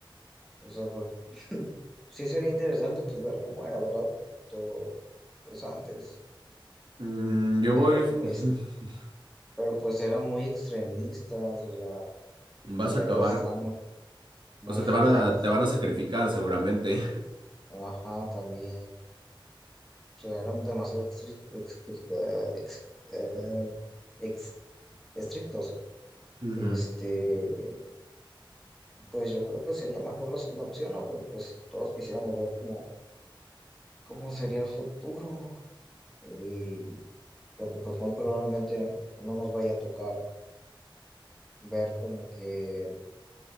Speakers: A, in the centre; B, on the right.
A: O sea, pues, <laughs> sí sería interesante pues ver cómo era, ¿verdad? Todo pues antes.
B: Mm, yo
A: Pero
B: voy,
A: pues,
B: <laughs>
A: pero pues eran muy extremistas, o sea,
B: vas
A: las
B: a
A: reglas
B: acabar,
A: estaban muy, muy
B: o sea,
A: feas.
B: te van a, te van a sacrificar seguramente.
A: Ajá, también. O sea, eran demasiado extri- ex- eh, ex- eh, ex- estrictos.
B: <laughs> Ujú.
A: Este, Pues yo creo que sería mejor la segunda opción, ¿no? Porque pues todos quisiéramos ver cómo, cómo sería el futuro y porque pues muy probablemente no nos vaya a tocar ver como que